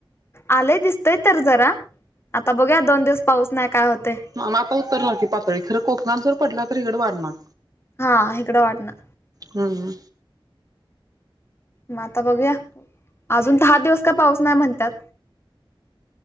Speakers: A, on the left (about 25°); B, on the right (about 45°).
A: आलय दिसतय तर जरा आता बघूया दोन दिवस पाऊस नाय काय होतय.
B: म म आता उतरणार की पातळी खरं कोकणात जर पडला तर इकडं वाढणार
A: हा हीकडं वाढणार
B: हूं हूं
A: म आता बघूया अजून दहा दिवस का पाऊस नाय म्हणतात.